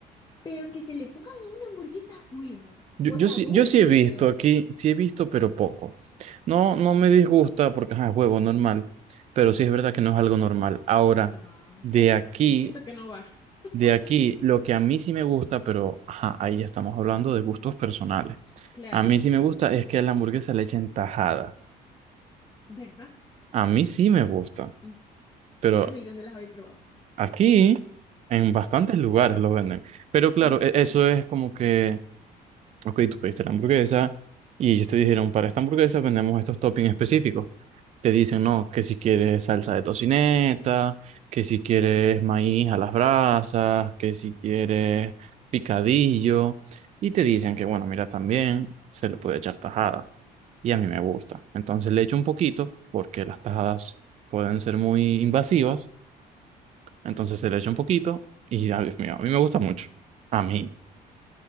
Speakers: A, on the left; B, on the right.
A: Pero que te le pongan a una hamburguesa huevo.
B: Yo,
A: O
B: yo
A: sea,
B: sí,
A: huevo
B: yo
A: frito.
B: sí he visto aquí, sí he visto, pero poco. No, no me disgusta porque ajá, es juego normal, pero sí es verdad que no es algo normal. Ahora,
A: No,
B: de
A: para
B: aquí.
A: nada. Yo siento que no va. <laughs>
B: De aquí, lo que a mí sí me gusta, pero ajá, ahí ya estamos hablando de gustos personales.
A: Claro,
B: A mí sí me gusta es que a la hamburguesa le echen tajada.
A: ¿verdad?
B: A mí sí me gusta,
A: Mm,
B: pero
A: Mi alma, ¿y dónde las habéis probado?
B: aquí en bastantes
A: Ah,
B: lugares lo venden. Pero claro,
A: ¿en serio?
B: e- eso es como que Ok, tú pediste la hamburguesa y ellos te dijeron, para esta hamburguesa vendemos estos toppings específicos. Te dicen, no, que si quieres salsa de tocineta, que si quieres maíz a las brasas, que si quieres picadillo. Y te dicen que, bueno, mira, también se le puede echar tajada. Y a mí me gusta. Entonces le echo un poquito, porque las tajadas pueden ser muy invasivas. Entonces se le echa un poquito y, ay, Dios mío, a mí me gusta mucho. A mí.